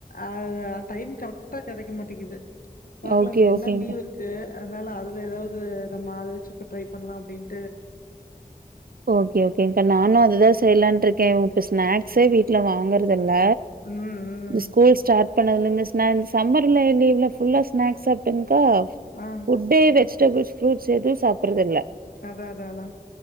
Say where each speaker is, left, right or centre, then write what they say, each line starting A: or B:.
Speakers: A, on the left (about 75°); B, on the right (about 80°).
A: ஆனா டைம் கர்ட்டா கெடைக்க மாட்டிக்கிது பாக்லா
B: ஓகே
A: ஒரு ரெண்
B: ஓகேங்க்கா
A: நாள் லீவ் இருக்கு அதுனால அதுல எதாவ்து நம்ம அத வச்சு இப்ப ட்ரை பண்லா அப்டின்
B: ஓகே ஓகேங்க்கா நானு அதுதா செய்லான்ருக் கே இப்ப ஸ்நாக்ஸே வீட்ல வாங்குறது இல்ல
A: ம், ம்.
B: இந்த ஸ்கூல் ஸ்டார்ட் பண்ணதுல இந்த ஸ்மன் சம்மர்ல லீவ்ல ஃபுல்லா ஸ்நாக்ஸ் சாப்ட்டுங்க் கா ஃபுட்டு
A: ஆ
B: வெஜ்டபுள்ஸ் ஃப்ரூட்ஸ் எது சா அறது இல்ல
A: அத அத அதா